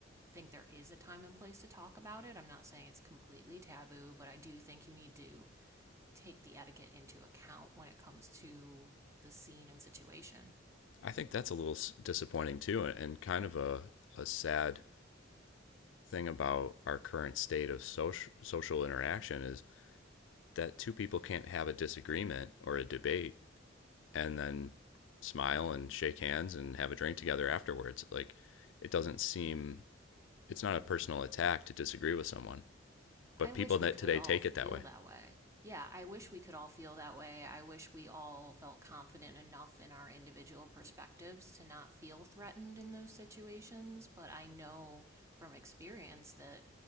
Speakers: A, on the right; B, on the left.
A: think there is a time and place to talk about it. I'm not saying it's completely taboo, but I do think you need to take the etiquette into account when it comes to the scene and situation.
B: I think that's a little disappointing too, and kind of a, a sad thing about our current state of social social interaction is that two people can't have a disagreement or a debate and then smile and shake hands and have a drink together afterwards. Like it doesn't seem it's not a personal attack to disagree with someone, but
A: I wish
B: people
A: we
B: that
A: could
B: today
A: all
B: take
A: feel
B: it that way.
A: that way. Yeah, I wish we could all feel that way. I wish we all felt confident enough in our individual perspectives to not feel threatened in those situations. But I know from experience that